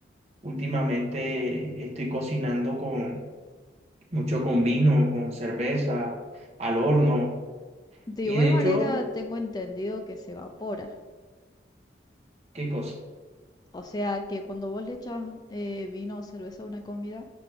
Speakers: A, on the right (about 35°); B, on the left (about 20°).
A: Últimamente estoy cocinando con mucho con vino, con cerveza, al horno.
B: De
A: Y
B: igual
A: de hecho,
B: manera, tengo entendido que se evapora.
A: ¿qué cosa?
B: O sea, que cuando vos le echas eh, vino o cerveza a una comida,